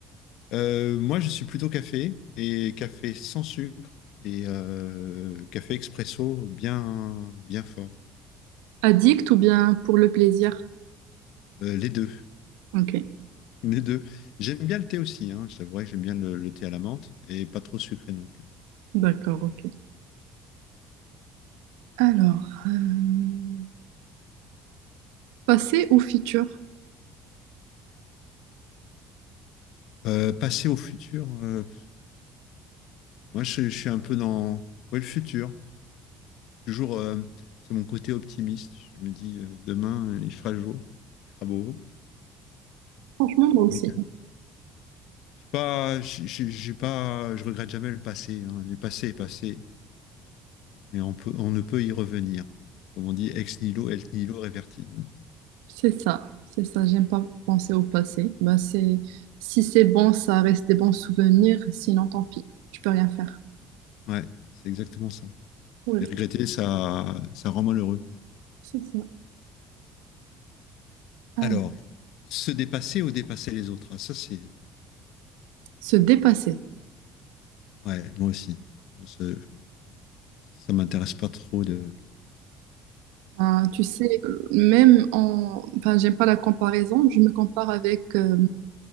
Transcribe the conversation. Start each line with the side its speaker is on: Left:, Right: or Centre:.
Left: Euh, moi, je suis plutôt café et café sans sucre et euh, café expresso bien, bien fort.
Right: Addict ou bien pour le plaisir?
Left: Euh, les deux.
Right: Ok,
Left: Les deux. J'aime bien le thé aussi, hein. Je t'avouerai que j'aime bien le, le thé à la menthe et pas trop sucré non plus.
Right: d'accord, ok. Alors, euh, passé ou futur?
Left: Euh, passer au futur, euh, moi je, je suis un peu dans ouais, le futur. Toujours, euh, c'est mon côté optimiste. Je me dis euh, demain euh, il fera jour, il fera beau.
Right: Franchement, moi aussi.
Left: Donc, euh, je suis pas, je- je- j'ai pas, je regrette jamais le passé. Hein. Le passé est passé et on peut, on ne peut y revenir. Comme on dit, ex nihilo, ex nihilo reverti. hein.
Right: C'est ça, c'est ça. J'aime pas penser au passé. Bah, c'est, si c'est bon, ça reste des bons souvenirs. Sinon, tant pis. Tu peux rien faire.
Left: Ouais, c'est exactement ça.
Right: Oui,
Left: Et regretter, ça, ça rend malheureux.
Right: c'est ça. Alors,
Left: Alors, se dépasser ou dépasser les autres, ah, ça c'est.
Right: se dépasser.
Left: Ouais, moi aussi. Ça, ça m'intéresse pas trop de.
Right: Enfin, tu sais, même en... Enfin, j'aime pas la comparaison. Je me compare avec... euh,